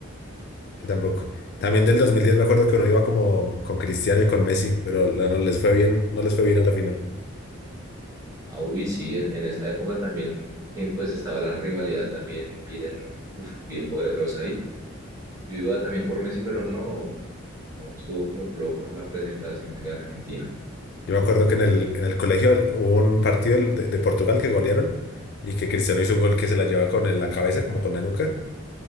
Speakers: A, on the left; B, on the right.
A: Yo tampoco. También del 2010 me acuerdo que uno iba como con Cristiano y con Messi, pero la- no les fue bien, no les fue bien a la final.
B: Ah, uy, sí, en, en esa época también, eh, pues estaba la rivalidad también bien, uf, bien poderosa ahí. Yo iba también por Messi, pero no, no, estuvo como flojo a la presentación de Argentina.
A: Yo me acuerdo que en el, en el colegio el- hubo un partido el de, de Portugal que golearon y que Cristiano hizo un gol que se la lleva con el- la cabeza, como con la nuca,